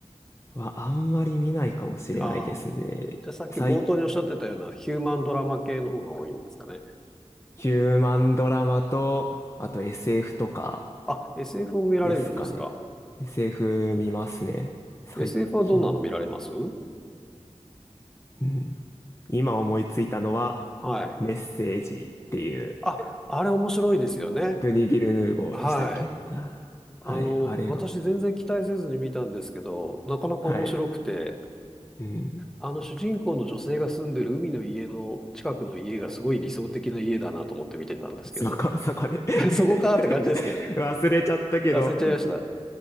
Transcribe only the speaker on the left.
はあんまり見ないかもしれないですね。
最ヒューマンドラマと、あと SF とか
ですかね。SF 見ますね。最近。
うん。今思いついたのは、
メッセージっていう、
ドゥニ・ヴィルヌーゴーでしたっけあはい、
あれは。
はい。うん。
そこ、坂で
<laughs> 忘れちゃったけど、